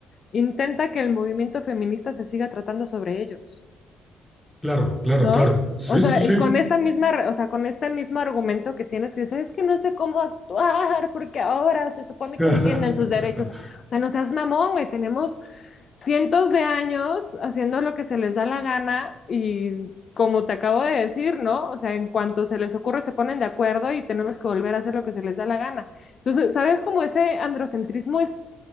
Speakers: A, on the left (about 45°); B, in the centre.
A: intenta que el movimiento feminista se siga tratando sobre ellos.
B: Claro, claro,
A: ¿no?
B: claro. Sí,
A: O sea,
B: sí, sí.
A: y con esta misma, re- o sea, con este mismo argumento que tienes que decir, es que no sé cómo actuar, porque ahora se supone
B: <laughs>
A: que defienden sus derechos. O sea, no seas mamón, güey, tenemos cientos de años haciendo lo que se les da la gana y como te acabo de decir, ¿no? O sea, en cuanto se les ocurre se ponen de acuerdo y tenemos que volver a hacer lo que se les da la gana. Entonces, ¿sabes cómo ese androcentrismo es,